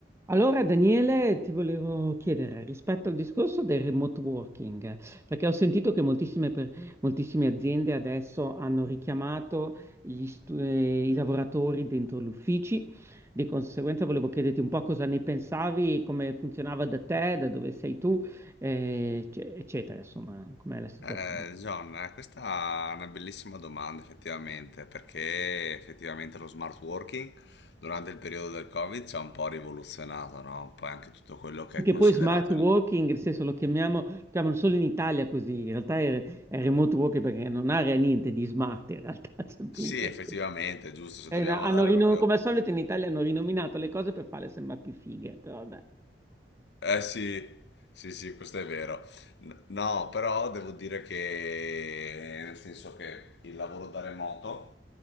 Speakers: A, on the right; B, on the left.
A: Allora, Daniele, ti volevo chiedere rispetto al discorso del remote working, perché ho sentito che moltissime, per- moltissime aziende adesso hanno richiamato gli stu- eh, i lavoratori dentro gli uffici, di conseguenza volevo chiederti un po' cosa ne pensavi, come funzionava da te, da dove sei tu, eh, ecce- eccetera, insomma, com'è la situazione.
B: Eh, John, eh, questa è una bellissima domanda effettivamente, perché effettivamente lo smart working durante il periodo del Covid ci ha un po' rivoluzionato, no? Poi anche tutto quello che
A: Sì,
B: è
A: Che
B: considerato
A: poi smart working,
B: il...
A: nel senso lo chiamiamo, lo chiamano solo in Italia così, in realtà è, è remote working perché non ha re- niente di smart, in realtà <laughs> semplicemente.
B: Sì, effettivamente, giusto, se
A: È
B: dobbiamo
A: una- hanno
B: dare
A: rino-
B: proprio...
A: come al solito in Italia hanno rinominato le cose per farle sembrare più fighe, però vabbè.
B: Eh sì, sì, sì, questo è vero. N- No, però devo dire che, nel senso che il lavoro da remoto